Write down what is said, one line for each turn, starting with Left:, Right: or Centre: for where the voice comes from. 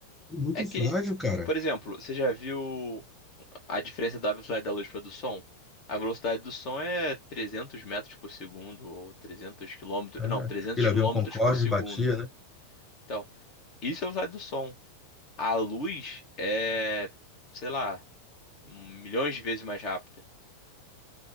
Centre: Muito
Left: é que,
Centre: frágil, cara.
Left: por exemplo, você já viu a diferença da velocidade da luz para do som? A velocidade do som é 300 metros por segundo ou 300 quilômetros,
Centre: É,
Left: não, 300
Centre: aquele
Left: quilômetros
Centre: avião Concorde
Left: por segundo.
Centre: batia, né?
Left: Então, isso é a velocidade do som. A luz é, sei lá, milhões de vezes mais rápida.